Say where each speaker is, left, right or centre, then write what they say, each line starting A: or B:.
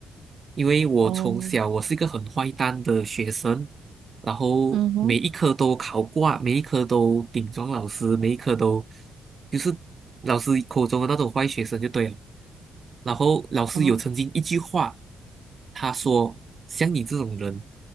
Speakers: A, on the right; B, on the right.
A: 因为我从小我是一个很坏蛋的学生，
B: 哦，
A: 然后每一科都考挂，
B: 嗯哼，
A: 每一科都顶撞老师，每一科都就是老师口中的那种坏学生就对了。然后老师有曾经一句话，
B: 哦，
A: 他说：“像你这种人，